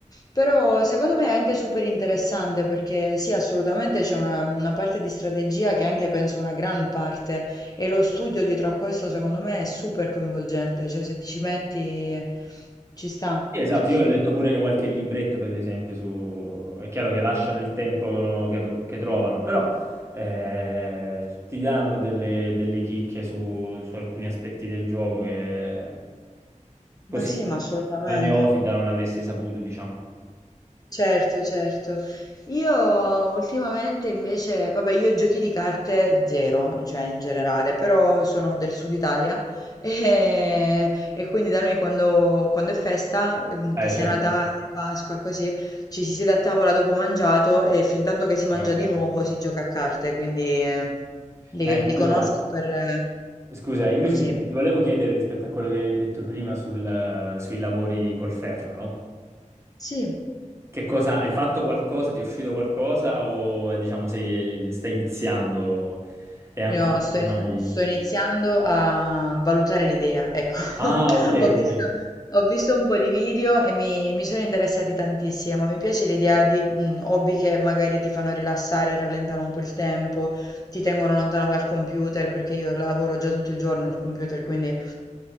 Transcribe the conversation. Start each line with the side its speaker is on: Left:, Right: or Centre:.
Left: però secondo me è anche super interessante perché sì, assolutamente c'è una, una parte di strategia che è anche penso una gran parte e lo studio dietro a questo secondo me è super coinvolgente, cioè se ti ci metti ci sta,
Right: Sì, esatto,
Left: sì sì,
Right: io ho letto pure qualche libretto, per esempio, su... è chiaro che lasciano il tempo che, che trovano, però eh, ti danno delle, delle chicche su, su alcuni aspetti del gioco che... Così,
Left: ma sì, ma assolutamente.
Right: da neofita non avresti saputo, diciamo.
Left: Certo, certo. Io ultimamente invece, vabbè, io giochi di carte zero, cioè in generale, però sono del sud Italia <laughs> e, e quindi da noi quando, quando è festa, ehm,
Right: Eh,
Left: che sia
Right: certo.
Left: Natale, Pasqua, così, ci si siede a tavola dopo mangiato e fin tanto che si mangia
Right: Vabbè, chiaro,
Left: di nuovo
Right: sì.
Left: si gioca a carte, quindi eh, li,
Right: Ma
Left: li
Right: scusa,
Left: conosco per eh,
Right: scusa, io invece
Left: così.
Right: ti ti volevo chiedere rispetto a quello che avevi detto prima sul- sui lavori col ferro, no?
Left: Sì,
Right: Che cosa, hai fatto qualcosa, ti è uscito qualcosa o diciamo sei, stai iniziando e ancora
Left: Io sto,
Right: non
Left: in-
Right: hai...
Left: sto iniziando a valutare l'idea, ecco. <laughs>
Right: Ah, ok,
Left: Ho visto,
Right: ok.
Left: ho visto un po' di video e mi, mi sono interessati tantissimo. Mi piace l'idea di mm, hobby che magari ti fanno rilassare, rallentare un po' il tempo, ti tengono lontano dal computer, perché io lavoro già tutto il giorno al computer, quindi